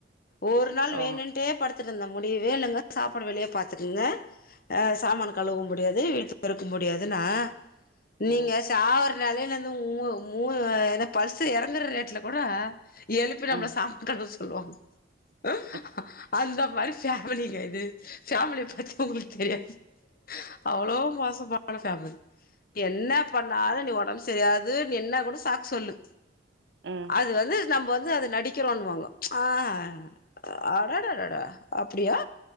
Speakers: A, on the left; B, on the right.
A: ஒரு நாள்
B: ஓ
A: வேணுன்டே படுத் படுத்துட்டு இருந்த முடியவே இல்லங்க சாப்பாடு வெளியேன பாத்துக்கங்க அ சாமானோ கழுவ முடியாது வீட்ட பெறுக்க முடியாதுன்னா நீங்க
B: ம்
A: சாவுர நாலே நானு து மூ மூ என்ன பல்சு இறங்குற ரேட்ல கூட எழுப்பி நம்மள
B: ம்
A: சாப்டஸ் சொல்லுவாங்கோ அஹ
B: ம்
A: அந்த மாரி ஃபேமிலிங்க இது ஃபேமிலிய பத்தி உங்களுக்கு தெரியாது அவ்வளோ மோசமான ஃபேமிலி என்ன பண்ணாலு நீ ஒடம்புஸ் செரி அது நீ என்னா கூட சாக்கு சொல்லு
B: ம்
A: அது வந்து நம்ம வந்து அத நடிக்கிறோன்னுவாங்க ஆ அ அடடடடா அப்டியா